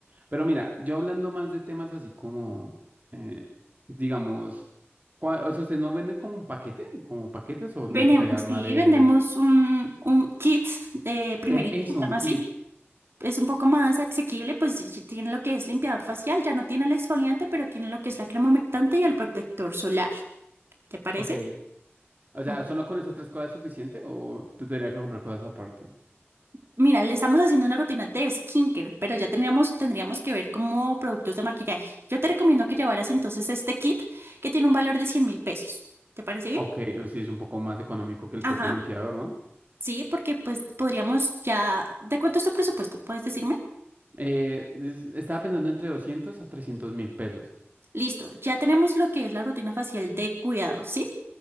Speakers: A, on the right (about 40°); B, on the right (about 65°).
A: pero mira, yo hablando más de temas así como, eh, digamos, cua- o sea, ¿ustedes no venden como un paquete? ¿Como paquetes o
B: Vene-
A: me tocaría armar
B: sí,
A: el...
B: vendemos un, un kit de primerito,
A: eh, eso,
B: se llama
A: un kit,
B: así. Es un poco más asequible, pues y- y tiene lo que es limpiador facial, ya no tiene el exfoliante, pero tiene lo que es la crema humectante y el protector solar. ¿Te parece?
A: ok. O sea,
B: Ujú.
A: ¿solo con esas tres cosas es suficiente o te tendría que comprar cosas aparte?
B: Mira, le estamos haciendo una rutina de skincare, pero ya teníamos, tendríamos que ver como productos de maquillaje. Yo te recomiendo que llevaras entonces este kit que tiene un valor de cien mil pesos. ¿Te parece bien?
A: Ok, o si es un poco más económico que el
B: Ajá.
A: propio limpiador, ¿no?
B: Sí, porque pues podríamos ya... ¿De cuánto es tu presupuesto? ¿Puedes decirme?
A: Eh, es- estaba pensando entre doscientos a trescientos mil pesos.
B: Listo, ya tenemos lo que es la rutina facial de cuidado, ¿sí?